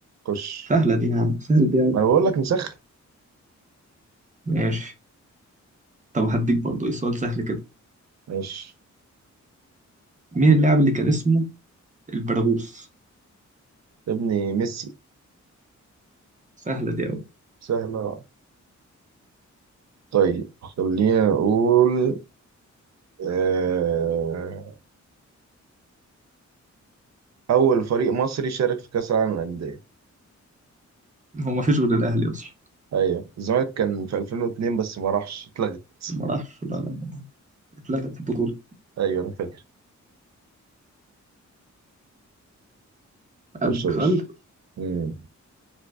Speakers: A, on the right; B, on the right.
A: خش
B: سهلة دي يا عم سهل دي أوي
A: انا بقول لك نسخن
B: ماشي طب هديك برضه ايه سؤال سهل كده
A: ماشي
B: مين اللاعب اللي كان اسمه البرغوث
A: يا ابني ميسي
B: سهلة دي أوي
A: سهلة طيب خلينا نقول آه... أول فريق مصري شارك في كأس العالم للأندية
B: هو ما فيش غير الأهلي أصلا
A: أيوة الزمالك كان في 2002 بس ما راحش اتلغت
B: ما راحش لا لا لا اتلغت البطولة
A: أيوة أنا فاكر
B: أديك
A: خش يا باشا
B: سؤال
A: مم.